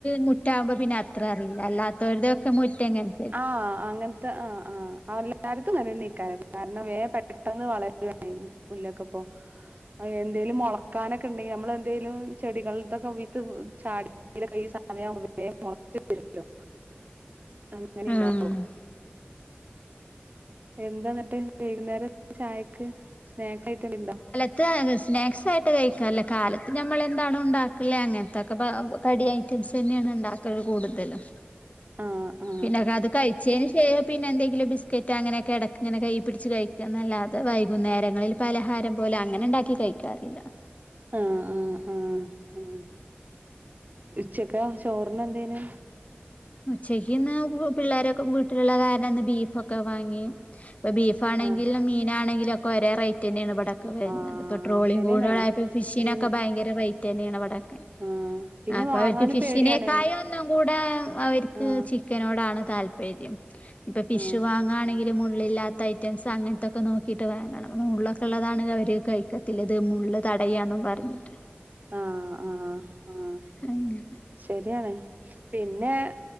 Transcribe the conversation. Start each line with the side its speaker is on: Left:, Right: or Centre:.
Left: മു റ്റാവുമ്പോ പിന്നെ അത്ര അറിയില്ല അല്ലാത്തവരുടതൊക്കെ മുറ്റ എങ്ങനെ
Right: ആഹ് അങ്ങനെ ആഹ് ആഹ് എല്ലായിടത്തും അങ്ങനെക്കാ കാരണം വേ പെട്ടെന്ന് വളരുവാ ചെയ്യുന്നേ പുല്ലൊക്കെ ഇപ്പോ എന്തെങ്കലും മൊളക്കാനൊക്കെ ഉണ്ടെങ്കിൽ നമ്മള് എന്തേലും ചെടികൾ ഇതൊക്കെ വിത്ത് ചാടിക്കെ ഈ സമയംആകുമ്പോ വേഗം മൊളച്ചു വരുല്ലോ അങ്ങനെ ഇണ്ടാവോ
Left: ആഹ്
Right: എന്താ എന്നിട്ടേ വൈകുന്നേരം ചായക്ക് സ്നാക്സ് യിട്ട് എന്താ ഉണ്ടോ
Left: അത് സ്നാക്സ് ആയിട്ട് കഴിക്കാല്ലേ കാലത്ത് നമ്മൾെന്താണ ഉണ്ടാക്കില്ല് അങ്ങനത്തൊക്കെ കടി ഐറ്റംസ് തന്നെയാണ് ഉണ്ടാക്കൽ കൂടുതലും
Right: ആഹ് ആഹ്
Left: പിന്നെ അത് കഴിച്ചതിന് ശേഷം പിന്നെ എന്തെങ്കിലും ബിസ്ക്കറ്റ് അങ്ങനെയൊക്കെ എടക്ക് ഇങ്ങെ കയി പിടിച്ച് കഴിക്കും ക്കുംന്നല്ലാതെ വൈകുന്നേരങ്ങളിൽ പലഹാരം പോലെ അങ്ങനെ ഉണ്ടാക്കി കഴിക്കാറില്ല
Right: ആഹ് ആഹ് ആഹ് ഉച്ചക്കാ ചോർന് എന്തേനു?
Left: ഉച്ചക്ക് ഇന്ന് പിള്ളേരൊക്കെ വീട്ടിലുള്ള കാരണംന്ന് ബീഫൊക്കെ വാങ്ങി ഇപ്പോൾ ബീഫാണെങ്കിലും
Right: ആഹ്
Left: മീനാണെങ്കിലും ഒക്കെ ഒരേ റേറ്റ് തന്നെയാണ് ഇവിടക്ക് വരുന്നത്
Right: ആഹ്
Left: ഇപ്പോ ട്രോളിങ്ങ്കൂടെ
Right: ശരിയന്നെയാണ്
Left: ആയപ്പോൾ ഫിഷിനൊക്കെ
Right: പി
Left: ഭയങ്കര റേറ്റ് തന്നെയാണ് ഇവിടൊക്കെ
Right: ആഹ് പിന്നെ
Left: അപ്പൊ
Right: വാങ്ങാനും
Left: അവർക്ക് ഫിഷിനേക്കായ
Right: പേടിയാണ്
Left: ഒന്നും കൂടെ അവർക്ക്
Right: ആഹ്
Left: ചിക്കനോടാണ് താല്പര്യം ഇപ്പം ഫിഷ്
Right: ആഹ്
Left: വാങ്ങ ങ്ങാണെങ്കിൽ മുള്ളില്ലാത്ത ഐറ്റംസ് അങ്ങനത്തെയക്കെ നോക്കിട്ട് വാങ്ങണം മുള്ളക്കെള്ളതണെങ്കിൽ അവർ കഴിക്ക് ക്കത്തില്ല ഇത് മുള്ള് തടയാന്നും പറഞ്ഞിട്ട്
Right: ആഹ് ആഹ് ആഹ്
Left: അങ്ങനെ
Right: ശരിയാണ് പിന്നെ